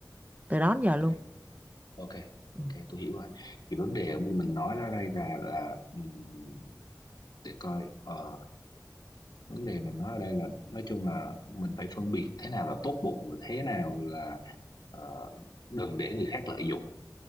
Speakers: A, on the right (about 20°); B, on the left (about 70°).
A: từ đó đến
B: ok
A: giờ luôn
B: ok
A: ừ.
B: ok tôi hiểu rồi thì vấn đề của mình nói ra đây là là ừm, để coi ờ, vấn đề mình nói ở đây là nói chung là mình phải phân biệt thế nào là tốt bụng và thế nào là ờ, đừng để người khác lợi dụng